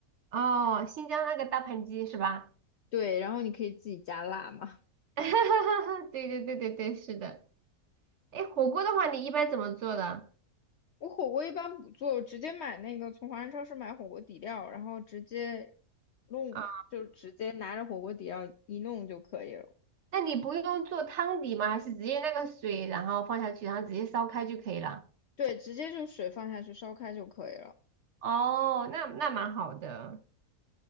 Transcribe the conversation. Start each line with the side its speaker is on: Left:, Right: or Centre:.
Right: 哦，新疆那个大盘鸡是吧？
Left: 对，然后你可以自己加辣嘛。
Right: <laughs> 对对对对对，是的。哎，火锅的话，你一般怎么做的
Left: 我火锅一般不做，我直接买那个从华人超市买火锅底料，然后直接弄，
Right: 啊？
Left: 就直接拿着火锅底料一弄就可以了。
Right: 那你不用做汤底吗？还是直接那个水，然后放下去，然后直接烧开就可以了？
Left: 对，直接就水放下去烧开就可以了。
Right: 哦，那那蛮好的。